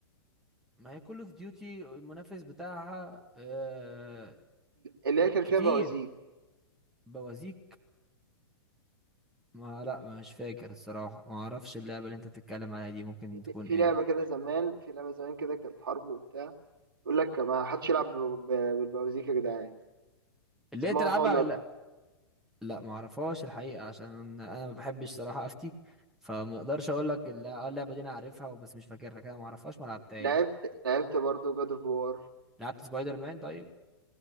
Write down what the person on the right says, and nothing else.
اللي هي كان
فيها بوازيك
في
في
لعبة كده زمان في لعبة زمان كده كانت حرب وبتاع يقول لك ما حدش يلعب ب- ب- بالبوازيك يا جدعان
اسمها
هونر
لعبت لعبت برضه جاد اوف وار